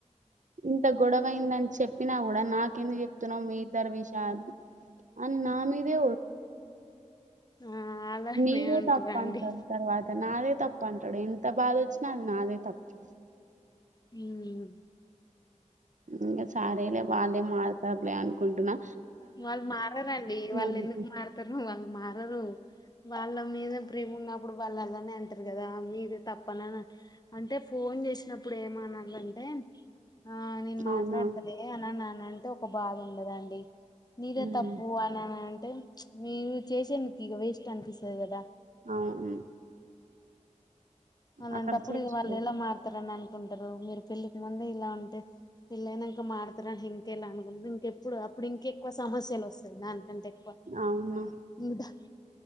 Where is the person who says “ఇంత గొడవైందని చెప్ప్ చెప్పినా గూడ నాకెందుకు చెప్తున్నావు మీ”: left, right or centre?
Right